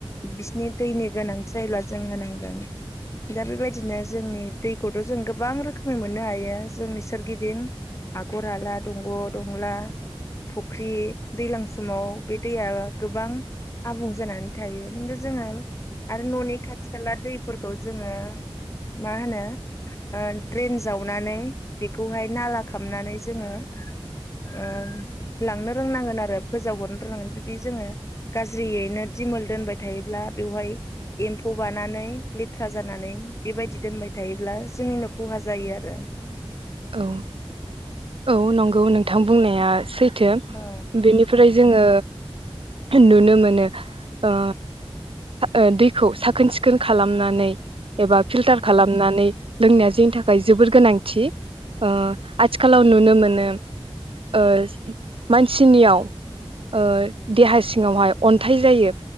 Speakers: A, on the left; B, on the right.
A: बिसिनि दैनि गोनांथि जायोब्ला जों होनांगोन दा बेबायदिनो जोंनि दैखौथ' जों गोबां रोखोमै मोननो हायो जोंनि सोरगिदिं हाखर हाला दंग' दंला फुख्रि दैज्लां समाव बे दैया गोबां आबुं जानानै थायो खिन्थु जोङो आरो न'नि खाथि खाला दैफोरखौ जोङो मा होनो द्रेन जावनानै बेखौहाय नाला खालामामनानै जोङो ओ लांनो रोंनांगोन आरो फोजावहरनो रोंनांगोन जुदि जोङो गाज्रियैनो दिमोल दोनबाय थायोब्ला बेवहाय एम्फौ बारो लानानै लेथ्रा जानानै बेबायदि दोनबाय थायोब्ला जोंनिनो खहा जायो आरो
B: औ औ नंगौ नोंथां बुंनाया सैथ
A: औ
B: बेनिफ्राय जोङो नुनो मोनो ओ ओ दैखौ साखोन सिखोन खालामनानै एबा फिलटार खालामनानै लोंनाया जोंनि थाखाय जोबोर गोनांथि ओ आथिखालाव नुनो मोनो ओ मानसिनियाव ओ देहा सिङावहाय अन्थाइ जायो